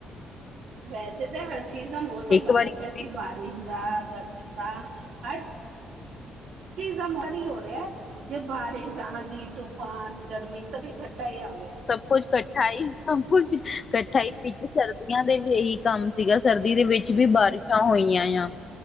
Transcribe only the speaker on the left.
ਇੱਕ
ਵਾਰੀ
ਸਭ ਕੁਛ ਕੱਠਾ ਈ ਸਭ ਕੁਛ ਕੱਠਾ ਈ ਵਿੱਚ ਸਰਦੀਆਂ ਦੇ ਵੀ ਏਹੀ ਕੰਮ ਸੀਗਾ ਸਰ ਦੀ ਦੇ ਵਿੱਚ ਵੀ ਬਾਰਿਸ਼ਾਂ ਹੋਈਆਂ ਆ